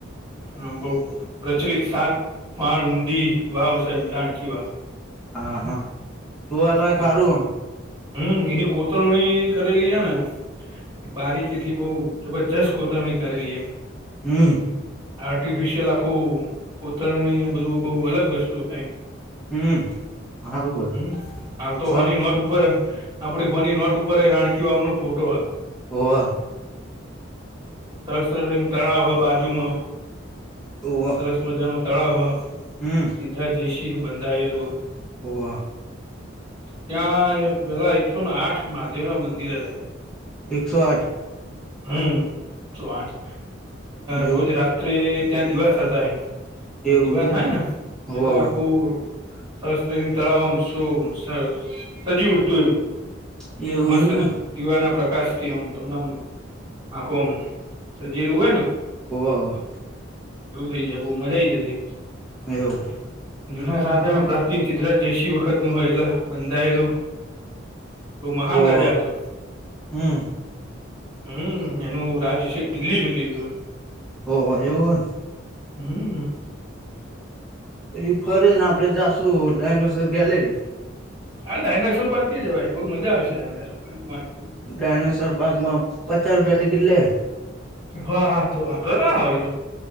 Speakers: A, on the right; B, in the centre.
A: હ બોવ પ્રચલિત સાત વાળ ઊડી વાવ શે એમ રાણકીવાવ
B: હા હા તું એલા
A: હાલ
B: ખારું
A: તો
B: હ
A: હમ એની કોતરણી કરેલી છે ને એ બારીકી થી બોવ જબરજસ્ત કોતરણી કરેલી એમ
B: હમ
A: આર્ટિફિશિયલ આખું કોતરણીને બધું બોવ અલગ વસ્તુ છે.
B: હમ હારું બધું
A: હમ હાલ તો
B: ફર
A: હોની નોટ ઉપર આપણી હોની નોટ ઉપર એ રાણકી વાવનો ફોટો હ
B: વાહ.
A: હ સસ્ત્ર રિંગ તળાવ હ બાજુમાં
B: ઓવ.
A: સરસ મજાનો તળાવ હ
B: હમ.
A: સિદ્ધરાજ જયસિંહનું બંધાયેલું
B: હોવ.
A: ત્યાં પેલા એકસો આઠ મહાદેવના મંદિર હતા
B: એકસો આઠ
A: હમ એકસો આઠ
B: એવું
A: રોજ રાત રાત્રે ત્યાં દીવાસતા એ
B: એવું
A: દીવા
B: એમને
A: થાય ને
B: હોવ
A: એટલે
B: હોવ
A: આખું સરસ રે તળાવમ શું સજી ઉઠતું
B: એવું
A: મસ્ત
B: એમને
A: દીવાના પ્રકાશથી અમ તમને આખોમ સજીલુ હોયને
B: હોવા હોવા
A: એવું થય જાય બો મજા આઈ જતી
B: એવું.
A: જુના રાજાનુ પ્રાચીન સિદ્ધરાજ જયસિંહ વખતનું હોય એટલે બંધાયેલું બો મહાન
B: હોવ
A: રાજા હતો.
B: હમ
A: હમ એનું રાજ્ય છેક દિલ્હી સુધી હતું
B: ઓહ એવુ હે
A: હમ.
B: એ ફરે ને આપડે જાશું ડાયનોસોર ગેલેરી
A: હા ડાયનાસોર પાર્ક ઈ જવાય બો મજા આવશે ડાયનાસોર પાર્કમાં
B: ડાયનાસોર પાર્કમાં પચાસ રૂપિયા ટિકિટ લે
A: હા હા તો વાંધો ના હોય તો